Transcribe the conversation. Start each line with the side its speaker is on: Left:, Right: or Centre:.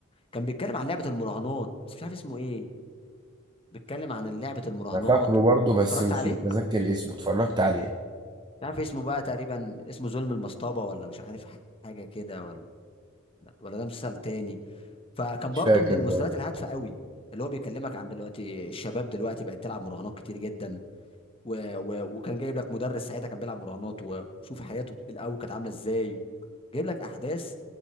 Left: كان بيتكلم عن لعبه المراهنات بس مش عارف اسمه ايه بيتكلم عن لعبه المراهنات
Right: انا فاكره
Left: واتفرجت
Right: برضه بس مش
Left: عليه
Right: متذكر اسمه اتفرجت عليه
Left: مش عارف اسمه بقى تقريبا اسمه ظلم المصطبه ولا مش عارف حاجه كده ولا ولا ده مسلسل تاني فكان
Right: مش
Left: برضو
Right: فاكر
Left: من المسلسلات
Right: برضه
Left: الهادفه قوي اللي هو بيكلمك عن دلوقتي الشباب دلوقتي بقت تلعب مراهنات كتير جدا و... و... وكان جايب لك مدرس ساعتها كان بيلعب مراهنات و- وشوف حياته الاول كانت عامله ازاي جايب لك احداث